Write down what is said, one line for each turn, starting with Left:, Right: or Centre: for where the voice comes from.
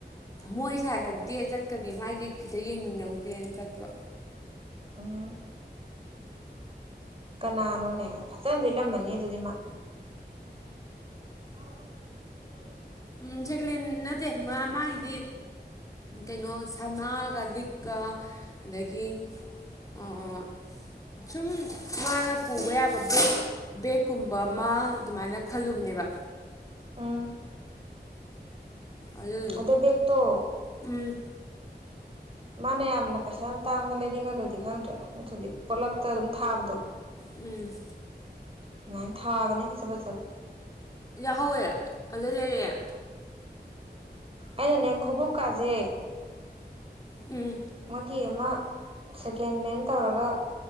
Left: ꯃꯣꯏ ꯁꯥꯏ ꯒ ꯗꯦꯠ ꯆꯠꯀꯅꯤ ꯃꯥꯥꯏꯒꯤ ꯈꯤꯇ ꯌꯦꯡꯃꯤꯟꯅꯧꯁꯦꯅ ꯆꯠꯄ
Right: ꯑꯣ ꯀꯅꯥꯅꯣꯅꯦ ꯐꯖꯅ ꯂꯤꯠꯂꯝꯃꯅꯤ ꯑꯗꯨꯗꯤ ꯃꯥ <unintelligible>
Left: ꯎꯝ ꯁꯦꯀꯂꯦꯟ ꯅꯠꯇꯦ ꯃꯥ ꯃꯥꯒꯤꯗꯤ ꯀꯩꯅꯣ ꯁꯅꯥꯒ ꯂꯤꯛꯀ ꯑꯗꯒꯤ ꯑꯥ ꯑꯥ ꯁꯨꯝ ꯃꯥꯅ ꯄꯨꯕ ꯌꯥꯕ ꯕꯦꯛ ꯕꯦꯛꯀꯨꯝꯕ ꯑꯃ ꯑꯗꯨꯃꯥꯏꯅ ꯈꯜꯂꯨꯕꯅꯦꯕ
Right: ꯎꯝ
Left: ꯑꯗꯨꯗꯣ
Right: ꯑꯗꯣ ꯕꯦꯛꯇꯣ
Left: ꯎꯝ
Right: ꯃꯥꯅ ꯌꯥꯝꯅ ꯄꯩꯁꯥ ꯌꯥꯝ ꯇꯥꯡꯕ ꯂꯩꯅꯤꯡꯉꯒꯗꯤ ꯈꯪꯗꯦ ꯅꯠꯇ꯭ꯔꯗꯤ ꯄꯣꯠꯂꯛꯇ ꯑꯗꯨꯝ ꯊꯥꯕꯗꯣ
Left: ꯎꯝ
Right: ꯑꯗꯨꯃꯥꯏꯅ ꯊꯥꯕꯅꯦ ꯐꯖ ꯐꯖꯕ
Left: ꯌꯥꯎꯍꯧꯋꯦ ꯑꯗꯨꯗꯩ ꯂꯩꯔꯛꯑꯦ
Right: ꯑꯩꯅꯅꯦ ꯈꯨꯕꯨꯛ ꯀꯥꯖꯦ
Left: ꯎꯝ
Right: ꯃꯣꯏꯒꯤ ꯑꯃ ꯁꯦꯀꯦꯟ ꯍꯦꯟ ꯇꯧꯔꯒ